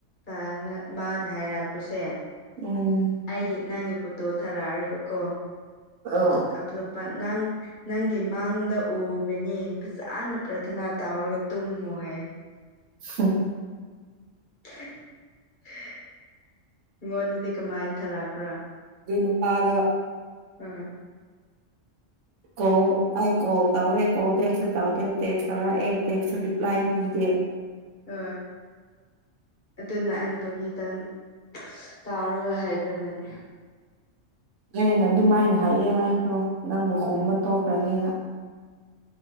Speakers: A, on the left; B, on the right.
A: ꯑꯅ ꯃꯥꯅ ꯍꯥꯏꯔꯛꯄꯁꯦ
B: ꯎꯝ
A: ꯑꯩꯒꯤ ꯅꯪꯒꯤ ꯐꯣꯇꯣ ꯊꯥꯔꯛꯑꯔꯒꯀꯣ
B: ꯑꯣ
A: ꯑꯠ ꯑꯇꯣꯞꯄ ꯅꯪ ꯅꯪꯒꯤ ꯃꯥꯡꯗ ꯎꯕꯅꯦ ꯐꯖꯥꯅ ꯄ꯭ꯔꯊꯅꯥ ꯇꯥꯎꯔꯒ ꯇꯨꯝꯃꯣ ꯍꯥꯌꯦ
B: <unintelligible>
A: <unintelligible> ꯉꯣꯟꯗꯗꯤ ꯀꯃꯥꯏꯟ ꯊꯥꯔꯛꯄ꯭ꯔꯥ
B: ꯗꯨꯏ ꯅꯨꯄꯥꯗꯣ
A: ꯍꯣꯏ
B: ꯀꯣꯜ ꯑꯩ ꯀꯣꯜ ꯇꯥꯎꯗꯦ ꯀꯣꯜꯕꯦꯛꯁ ꯇꯥꯎꯗꯦ ꯇꯦꯛꯁ ꯇꯧꯔꯛꯑꯦ ꯇꯦꯛꯁꯨ ꯔꯤꯄꯥꯂꯏ ꯄꯤꯗꯦ
A: ꯑ ꯑꯗꯨꯅ ꯑꯩꯅ ꯐꯥꯒꯤꯇꯪ ꯇꯥꯎꯔꯒ ꯍꯥꯏꯈ꯭ꯔꯕꯅꯤ
B: ꯌꯩꯅ ꯑꯗꯨꯃꯥꯏꯅ ꯍꯥꯏꯌꯦ ꯍꯥꯏꯕ꯭ꯔꯣ ꯅꯪꯕꯨ ꯈꯨꯝꯕ ꯇꯣꯛꯈ꯭ꯔꯅꯦꯅ